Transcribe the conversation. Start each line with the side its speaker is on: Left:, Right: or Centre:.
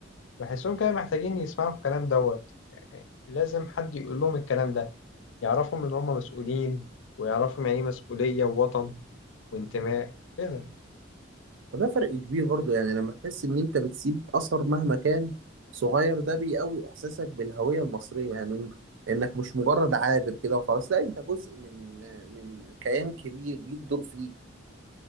Left: بحسهم كده محتاجين يسمعوا الكلام دوت يعني لازم حد يقول لهم الكلام ده يعرفهم ان هم مسؤولين ويعرفهم يعني ايه مسؤوليه ووطن وانتماء كده
Right: فده فرق كبير برضو يعني لما تحس ان انت بتسيب اثر مهما كان صغير ده بيقوي احساسك بالهوية المصرية يعني إن- انك مش مجرد عابر كده وخلاص لا انت جزء من من كيان كبير ليك دور فيه